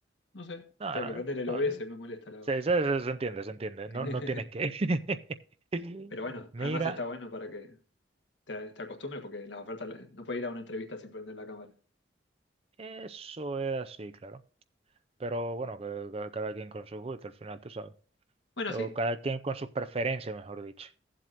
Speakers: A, on the left; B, on the right.
A: no sé,
B: No,
A: tengo
B: no,
A: que prender el
B: no,
A: OBS, me molesta la
B: se,
A: verdad.
B: se- se- se entiende, se entiende. No,
A: <laughs>
B: no tienes que... <laughs>
A: Pero bueno,
B: Mira.
A: además está bueno para que te, te acostumbres porque las ofertas no puedes ir a una entrevista sin prender la cámara.
B: Eso es así, claro. Pero bueno, que- que- cada quien con sus gustos, al final, tú sabes.
A: Bueno,
B: O
A: sí,
B: cada quien con sus preferencias, mejor dicho.